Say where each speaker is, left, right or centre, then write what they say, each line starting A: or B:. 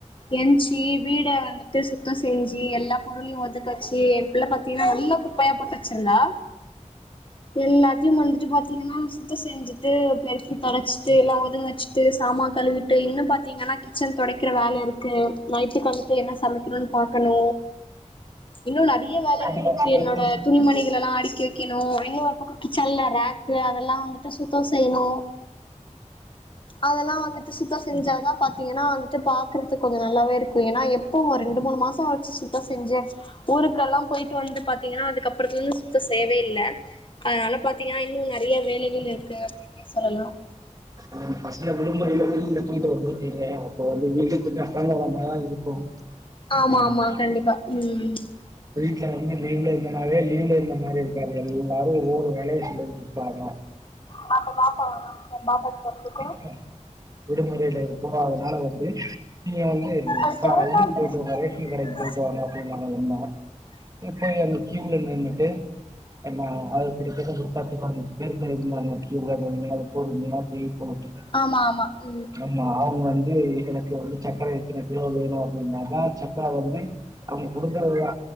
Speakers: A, on the left (about 40°); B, on the right (about 30°).
A: ஏன்ச்சி வீட வந்துட்டு சுத்தோ செஞ்சி எல்லா பொருள்யு ஒதுக் வச்சி புள்ள பாத்தீங்கன்னா நல்லா குப்பையா போட்டு வச்சுருந்தா எல்லாத்தியு வந்துட்டு பாத்தீங்கன்னா சுத்தோ செஞ்சுட்டு பெருக்கி தொடச்சிட்டு எல்லா ஒதுங்க வச்சுட்டு சாமான் கழுவிட்டு இன்னு பாத்தீங்கன்னா கிச்சன் தொடைக்கிற வேல இருக்கு நைட் டுக்கு வந்துட்டு என்ன சமைக்குணுன் பாக்கணு இன்னு‌ நெ றிய வேலைகள்
B: கண்டிப்பா
A: இருக்கு
B: சொல்லித்தான
A: என்னோட
B: செய்வேங்க
A: துணி மணிகலெல்லா அடிக்கி வெக் ணு இன்னொரு பக்கோ கிச்சன்ல ராக்கு அதெல்லா வந்துட்டு சுத்தோ செய்யணு அதெல்லா வந்துட்டு சுத்தோ செஞ்சாதா பாத்தீங்கென்னா வந்துட்டு பாக்றதுக்கு கொஞ்சோ நல்லாவே இரு க்கு ஏனா எப்போவு ஒரு ரெண்டு மூணு மாசோ ஆச்சு சுத்தோ செஞ்சே ஊருக்கெல்லா போய்ட்டு வந்து பாத்தீங்கன்னா அதுக்கப்புறத்துலந்து சுத்தோ செய்யவே இல்ல அதனால பாத்தீங்கன்னா இன்னு நெறைய வேலைகள் இருக்கு அப்டின்னே சொல்லலா
B: நீங்க பசங்க விடுமுறைல வெளில போயிட்டு வந்துருக்கீங்க அப்போ வந்து வீடு கொஞ்சோ அலங்கோலமா தா இருக்கு
A: ஆமா
B: ஆ
A: ஆமா கண்டிப்பா ம் ம்
B: இல்லங்க <unintelligible> வந்து லீவ்ல இருந்தனாவே லீவ்ல இருந்த மாரி இருக்காது எல்லாரு ஒவ்வொரு வேலைய கொண்டு வந்து நிப்பாங்க
A: பாப்போ பாப்பா <unintelligible> பாப்பா <unintelligible>
B: ம்க்கு விடுமுறையில தூங்காததுனால வந்து நீங்க வந்து <unintelligible>
A: அது தொறக்காது
B: போய்ட்டு வாங்க ரேஷன் கடைக்கு போய்ட்டு வாங்க அப்டின்னு வந்து நின்னா போய்ட்டு அந்த க்யூல நின்னுட்டு நா அது கிட்டத்தட்ட ஒரு பத்து <unintelligible> போனு கிரிக்கெட்
A: ஆமா ஆமா ம்
B: ஆம்மா அவுங்க வந்து <unintelligible> வந்து சக்கரை <unintelligible> அப்டின்னாக்கா <unintelligible> அவங்க குடுக்குறதுதா